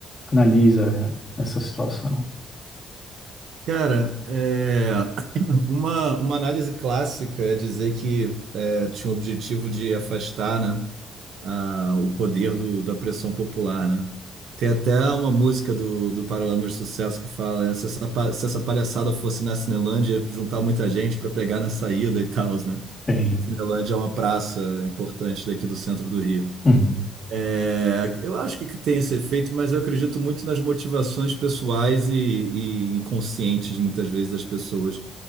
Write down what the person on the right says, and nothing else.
Cara, é, <coughs> <clears throat> uma, uma análise clássica é dizer que é, tinha o objetivo de afastar, né, a, o poder do, da pressão popular, né? Tem até uma música do, do Paralamas de Sucesso que fala, né, se essa, pa- se essa palhaçada fosse na Cinelândia, juntar muita gente para pegar na saída e tal, né?
Cinelândia é uma praça importante daqui do centro do Rio.
É, eu acho que tem esse efeito, mas eu acredito muito nas motivações pessoais e, e inconscientes, muitas vezes, das pessoas.